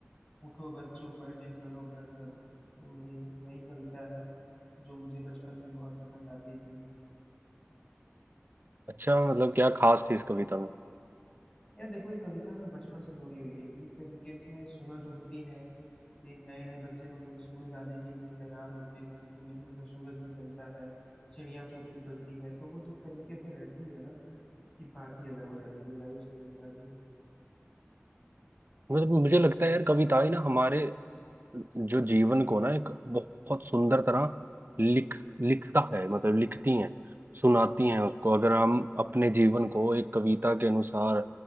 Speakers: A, on the left; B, on the right.
A: उठो बच्चों पढ़ने चलो घर सब तो वही वही कविता है जो मुझे बचपन में बहुत पसंद आती थी
B: अच्छा मतलब क्या खास थी इस कविता में
A: यार देखो ये कविता ना बचपन से जुड़ी हुई है कि जिस तरीके से सूरज उगती है फिर नए नए बच्चे मतलब स्कूल जाने के लिए तैयार होते हैं सूर्य मतलब सूरज निकलता है चिड़िया चू चू करती है तो वो जिस तरीके से रहती है ना उसकी बात ही अलग हो जाती है भाई उस कविता की
B: मतलब मुझे लगता है यार कविताएं ना हमारे जो जीवन को ना एक बहुत सुंदर तरह लिख लिखता है मतलब लिखती हैं सुनाती हैं उसको अगर हम अपने जीवन को एक कविता के अनुसार